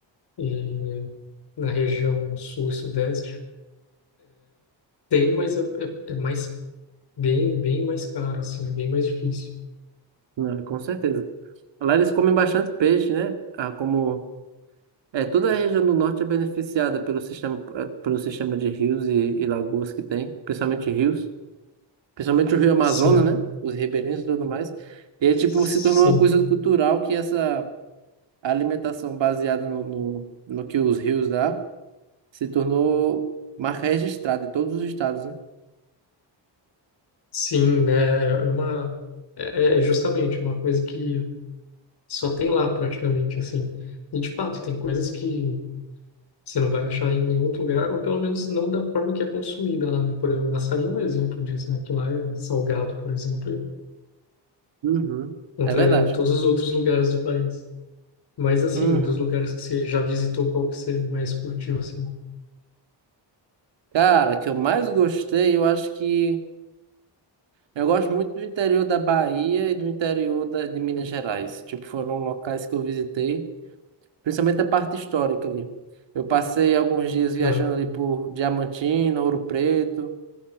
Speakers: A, on the left; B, on the right.
A: E na região sul e sudeste. Tem, mas é, é, é mais bem, bem mais caro, assim, bem mais difícil.
B: Não, com certeza. Lá eles comem bastante peixe, né? Ah, como É, toda a região do norte é beneficiada pelo sistema, eh, pelo sistema de rios e, e lagoas que tem, principalmente rios, principalmente o Rio Amazonas,
A: Sim,
B: né? Os ribeirinhos e tudo mais. E, tipo,
A: sim,
B: se tornou uma coisa cultural que essa alimentação baseada no, no, no que os rios dá se tornou marca registrada em todos os estados, né?
A: sim, né? É uma, é, é é justamente uma coisa que só tem lá praticamente, assim. E de fato, tem coisas que você não vai achar em nenhum outro lugar, ou pelo menos não da forma que é consumida lá, né? Por exemplo, o açaí é um exemplo disso, né? Que lá é salgado, por exemplo,
B: Uhum.
A: contrariando
B: É verdade.
A: todos os outros lugares do país. Mas assim,
B: Uhum.
A: dos lugares que você já visitou, qual que você mais curtiu, assim?
B: Cara, que eu mais gostei, eu acho que eu gosto muito do interior da Bahia e do interior da, de Minas Gerais. Tipo, foram locais que eu visitei principalmente a parte histórica ali. Eu passei alguns dias viajando
A: Ah,
B: ali por Diamantina, Ouro Preto,